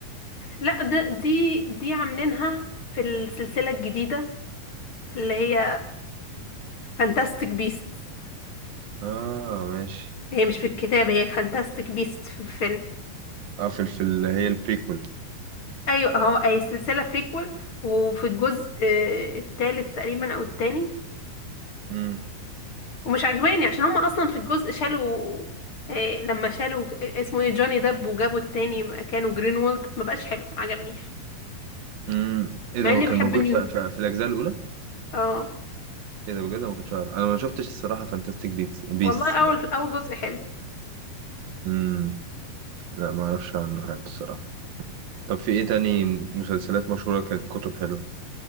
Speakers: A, on the left; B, on the right.
A: لا ده دي دي عاملينها في السلسله الجديده اللي هي فانتاستيك بيست
B: اه ماشي
A: هي مش في الكتاب هي فانتاستيك بيست في الفيلم
B: اه في في اللي هي البريكول
A: ايوه هو هي سلسله بريكول وفي الجزء آه، التالت تقريبا او التاني
B: امم
A: ومش عجباني عشان هما اصلا في الجزء شالوا آه، لما شالوا آه، اسمه ايه جوني دب وجابوا التاني مكانه جرينولد ما بقاش حلو ما عجبنيش
B: امم ايه
A: مع
B: ده
A: اني
B: هو كان
A: بحب
B: موجود
A: نيوت
B: في, في, في الاجزاء الاولى
A: اه
B: ايه ده بجد انا ما كنتش عارف انا ما شفتش الصراحة فانتستيك بيتس بيس
A: والله اول اول جزء حلو
B: امم لا ما اعرفش عنه حاجة الصراحة طب في ايه تاني مسلسلات مشهورة كانت كتب حلوة